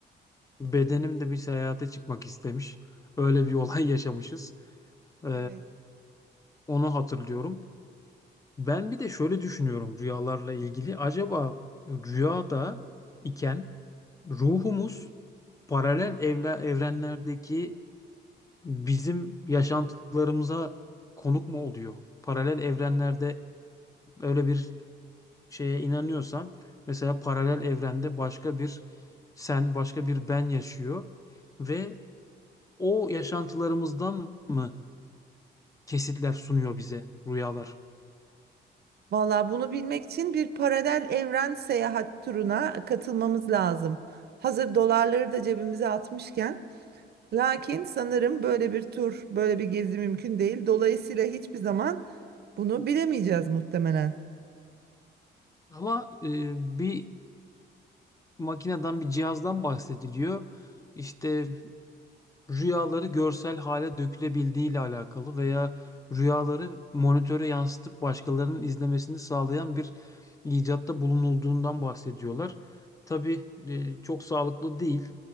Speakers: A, on the left; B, on the right.
A: bedenim de bir seyahate çıkmak istemiş. Öyle bir olay <laughs> yaşamışız. Ee,
B: Evet.
A: onu hatırlıyorum. Ben bir de şöyle düşünüyorum rüyalarla ilgili. Acaba rüyada iken ruhumuz paralel evle, evrenlerdeki bizim yaşantılarımıza konuk mu oluyor? Paralel evrenlerde öyle bir şeye inanıyorsam mesela paralel evrende başka bir sen, başka bir ben yaşıyor ve o yaşantılarımızdan mı kesitler sunuyor bize rüyalar?
B: Valla bunu bilmek için bir paralel evren seyahat turuna katılmamız lazım. Hazır dolarları da cebimize atmışken. Lakin sanırım böyle bir tur, böyle bir gezi mümkün değil. Dolayısıyla hiçbir zaman bunu bilemeyeceğiz muhtemelen.
A: Ama e, bir makineden, bir cihazdan bahsediliyor. İşte rüyaları görsel hale dökülebildiği ile alakalı veya rüyaları monitöre yansıtıp başkalarının izlemesini sağlayan bir icatta bulunulduğundan bahsediyorlar. Tabii e, çok sağlıklı değil.